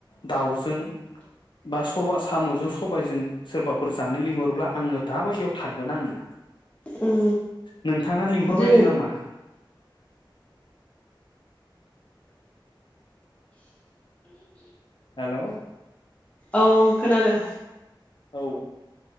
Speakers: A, on the left; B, on the left.
A: दाउजों बा साम'जों सबायजों सोरबाफोर जानो लिंहरोब्ला आङो दाबायदियाव थांगोन आङो
B: उम
A: नों थाङा लिंहरबायनो
B: दि
A: नामा <unintelligible> हेलौ
B: औ खोनादों
A: औ